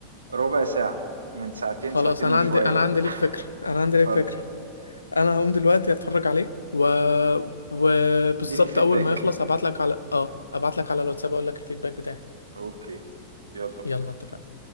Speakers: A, on the right; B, on the left.
A: ربع ساعة من ساعتين
B: خلاص
A: ساعتين
B: انا
A: وشوية
B: عندي انا عندي ليك فكره انا عندي
A: اتفضل
B: ليك فكره انا هقوم دلوقتي اتفرج عليه و وبالظبط
A: اديني فيدباك
B: اول ما يخلص هبعت لك على اه ابعت لك على الواتساب اقول لك الفيدباك بتاعي
A: أوكي، يلا بينا.
B: يلا اتفقنا